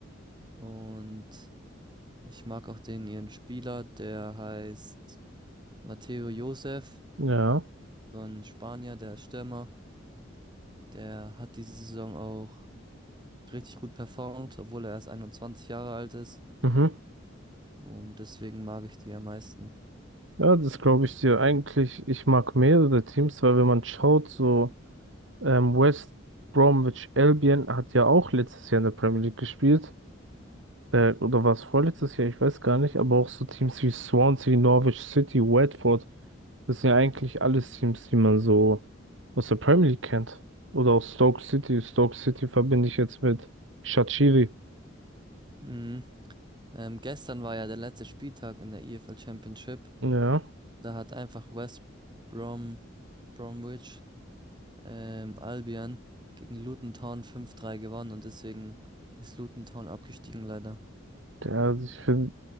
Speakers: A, on the right; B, on the right.
A: Und ich mag auch den ihren Spieler, der heißt Mateo Josef,
B: ja.
A: so ein Spanier, der ist Stürmer. Der hat diese Saison auch richtig gut performt, obwohl er erst 21 Jahre alt ist.
B: Mhm.
A: Und deswegen mag ich die am meisten.
B: Ja, das glaube ich dir. Eigentlich, ich mag mehrere Teams, weil wenn man schaut, so ähm, West Bromwich Albion hat ja auch letztes Jahr in der Premier League gespielt. Äh, oder war es vorletztes Jahr? Ich weiß gar nicht. Aber auch so Teams wie Swansea, Norwich City, Watford, das sind ja eigentlich alles Teams, die man so aus der Premier League kennt. Oder auch Stoke City. Stoke City verbinde ich jetzt mit Shaqiri.
A: Mhm. Ähm, gestern war ja der letzte Spieltag in der EFL Championship.
B: Ja,
A: Da hat einfach West Brom, Bromwich ähm, Albion gegen Luton Town 5-3 gewonnen und deswegen ist Luton Town abgestiegen leider.
B: ja, ich finde,